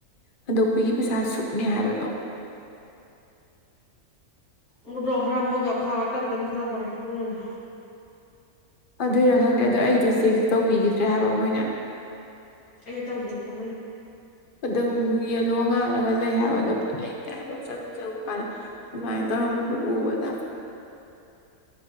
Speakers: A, on the left; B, on the left.
A: ꯍꯟꯗꯣꯛꯄꯤꯒꯤ ꯄꯩꯁꯥ ꯁꯨꯛꯅꯦ ꯍꯥꯏꯕꯗꯣ
B: ꯑꯗꯨꯗ ꯈꯔ ꯃꯣꯏꯁꯨ ꯈꯔꯒ ꯇꯞ ꯇꯞ ꯊꯂꯛꯄꯅꯦ ꯑꯗꯨꯗꯨꯅ
A: ꯑꯗꯨꯏꯔ ꯈꯪꯗꯦ ꯑꯗꯨꯗꯣ ꯑꯩꯗ ꯆꯦꯛꯁꯨ ꯇꯧꯕꯤꯈꯤꯗ꯭ꯔꯦ ꯍꯥꯏꯕ ꯃꯣꯏꯅ
B: ꯑꯩꯁꯨ ꯇꯧꯗꯦ ꯆꯞ ꯃꯥꯟꯅꯩ
A: ꯑꯗꯨꯝ ꯌꯦꯜꯂꯣ ꯉꯥꯜꯂꯒ ꯂꯩ ꯍꯥꯏꯕ ꯑꯗꯨꯝꯗꯤ ꯂꯩꯇꯦ ꯍꯥꯏꯕ ꯆꯉꯨ ꯆꯪꯉꯨ ꯀꯥꯟꯗ ꯑꯗꯨꯃꯥꯏꯅ ꯇꯧꯔꯝꯕꯗꯨꯣ ꯎꯕꯗ